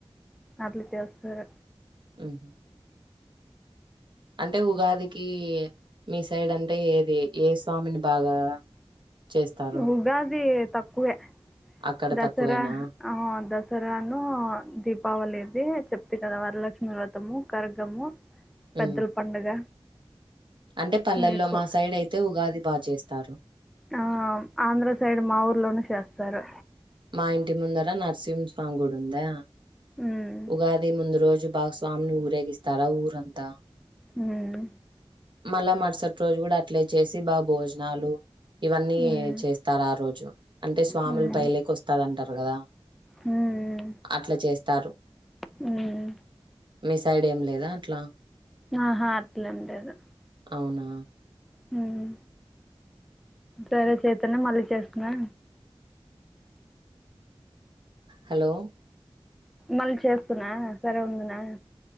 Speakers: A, in the centre; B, on the right (about 55°).
A: అదిలు చేస్తరు
B: హుహు. అంటే ఉగాదికి మీ సైడ్ అంటే ఏది ఏ స్వామిని బాగా చేస్తారు?
A: ఉగాది తక్కువే
B: అక్కడ
A: దసరా
B: తక్కువేనా?
A: ఆ దస సరాను దీపావళిది చెప్తే కదా వరలక్ష్మి వ్రతము కర్గము
B: హ్మ్.
A: పెద్దల పండుగ
B: అంటే పల్లల్లో
A: ఇవి ఎక్కువ.
B: మా సైడ్ అయితే ఉగాది బాగా చేస్త స్తారు
A: ఆ ఆంధ్ర సైడ్ మా ఊర్లోన చేస్తారు
B: మా ఇంటి ముందర నరసింహస్వామి గుడి ఉందా
A: హ్మ్.
B: ఉగాది ముందు రోజు భా స్వామిని ఊరేగిస్తారా ఊరంతా
A: హ్మ్.
B: మళ మార్సటి రోజు కూడా అట్లే చేసి బా భోజనాలు ఇవన్నీ
A: హ్మ్.
B: చేస్తారు ఆ రోజు అంటే స్వాములు
A: హ్మ్.
B: పైలేకి వస్ అంటారు కదా
A: హ్మ్.
B: అట్ల చేస్తారు
A: హ్మ్.
B: మీ సైడ్ ఏం లేదా అట్లా
A: ఆహా అట్లు ఉండదు
B: అవునా
A: హుమ్ సరే చేతనే మళ్ళీ చేస్తున్నా
B: హలో
A: మళ్ళీ చేస్తునా సరే ఉందునా